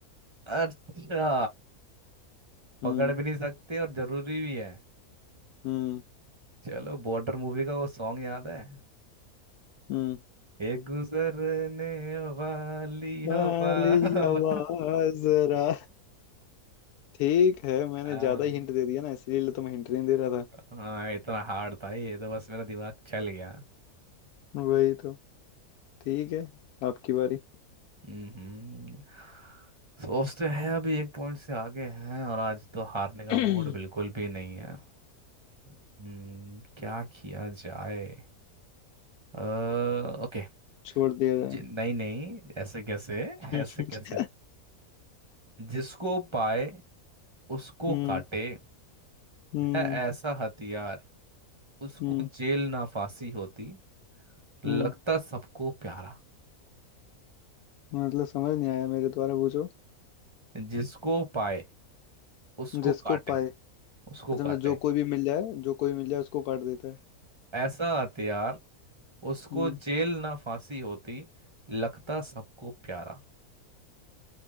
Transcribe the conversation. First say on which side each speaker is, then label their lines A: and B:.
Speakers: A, on the right (about 25°); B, on the left (about 85°).
A: अच्छा पकड़
B: हम्म
A: भी नहीं सकते और जरूरी भी है
B: हम्म
A: चलो बॉर्डर मूवी का वो सॉन्ग याद है
B: हम्म
A: एक गुजरने वाली
B: वाली
A: हवा <laughs>
B: आवाज
A: बता
B: जरा ठीक है मैंने
A: हाँ
B: ज्यादा ही हिंट दे दिया ना इसीलिए तो मैं हिंट नहीं दे रहा था
A: हाँ, इतना हार्ड था ये तो बस मेरा दिमाग चल गया
B: वही तो ठीक है आपकी बारी
A: हम्म सोचते हैं अभी एक पॉइंट से आगे हैं और आज तो हारने का
B: <clears throat> हम्म
A: मूड बिल्कुल भी नहीं है हम्म क्या किया जाए अ, ओके
B: छोड़ दिया जाए
A: जि- नहीं नहीं ऐसे कैसे <laughs>
B: <laughs>
A: ऐसे कैसे जिसको पाए उसको
B: हम्म
A: काटे
B: हम्म
A: है ऐसा हथियार उसको
B: हम्म
A: जेल ना फांसी होती लगता
B: हम्म
A: सबको प्यारा
B: मतलब समझ नहीं आया मेरे द्वारा पूछो
A: जिसको पाए उसको
B: जिसको
A: काटे
B: पाए
A: उसको
B: अच्छा मतलब
A: काटे
B: जो कोई भी मिल जाए जो कोई भी मिल जाए उसको काट देता है
A: ऐसा हथियार उसको
B: हम्म
A: जेल ना फांसी होती लगता सबको प्यारा